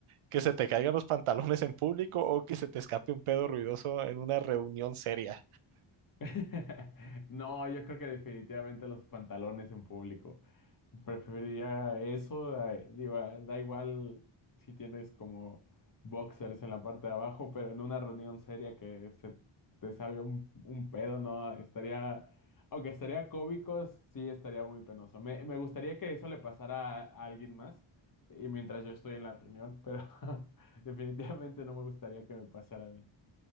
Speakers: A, on the right; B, on the left.
A: ¿Que se te caigan los pantalones en público o que se te escape un pedo ruidoso en una reunión seria?
B: <laughs> No, yo creo que definitivamente los pantalones en público. Preferiría eso, da, digo, ah, da igual si tienes como boxers en la parte de abajo, pero en una reunión seria que se te salga un, un pedo, ¿no? Estaría, aunque estaría cómico, sí estaría muy penoso. Me, me gustaría que eso le pasara a, a alguien más y mientras yo estoy en la reunión, pero <laughs> definitivamente no me gustaría que me pasara a mí.